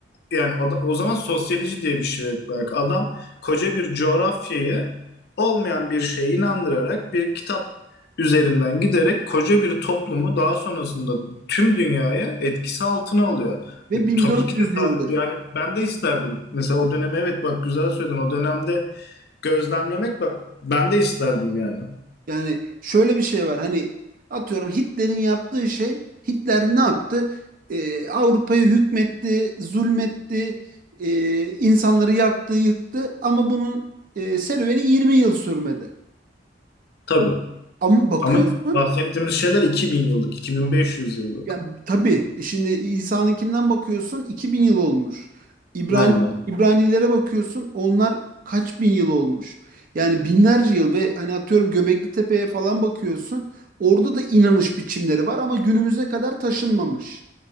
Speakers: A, on the left; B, on the right.
A: Yani o, da- o zaman sosyoloji diye bir şey yok belki. Adam koca bir coğrafyayı olmayan bir şeye inandırarak bir kitap üzerinden giderek koca bir toplumu daha sonrasında tüm dünyaya etkisi altına alıyor.
B: ve
A: Bu,
B: 1400
A: tabii ki de
B: yıldır.
A: tar- yani ben de isterdim. Mesela o döneme evet bak güzel söyledin. O dönemde gözlemlemek ben ben de isterdim yani.
B: Yani şöyle bir şey var hani atıyorum Hitler'in yaptığı şey Hitler ne yaptı? Ee, Avrupa'yı hükmetti, zulmetti, e, insanları yaktı, yıktı ama bunun e, serüveni 20 yıl sürmedi.
A: Tabii.
B: Ama bakıyorsun
A: Ama bahsettiğimiz şeyler 2000 yıllık, 2500 yıllık.
B: Yani tabii E, şimdi İsa'nınkinden bakıyorsun 2000 yıl olmuş. İbrani
A: Aynen.
B: İbranilere bakıyorsun onlar kaç bin yıl olmuş. Yani binlerce yıl ve hani atıyorum Göbekli Tepe'ye falan bakıyorsun. Orada da inanış biçimleri var ama günümüze kadar taşınmamış.